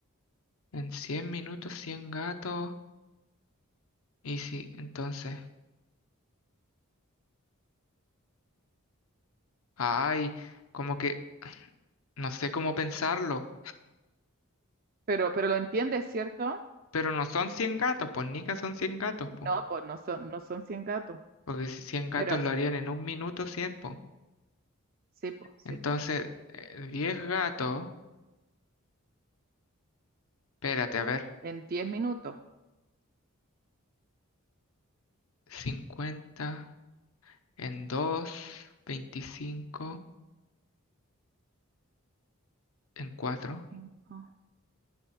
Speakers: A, on the left (about 75°); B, on the right (about 40°).
A: En cien minutos cien gatos. Y sí, entonces. Ay, como que no sé cómo pensarlo.
B: Pero, pero lo entiendes, ¿cierto?
A: Pero no son 100 gatos, pues Nica son 100 gatos, pues.
B: No, pues no son, no son 100 gatos.
A: Porque si 100 gatos
B: Pero
A: lo harían en un minuto 100, pues.
B: sí, po, sí,
A: Entonces,
B: po.
A: eh, 10 gatos. Espérate, a ver.
B: En 10 minutos.
A: cincuenta en 2, 25 en 4,
B: Cinco.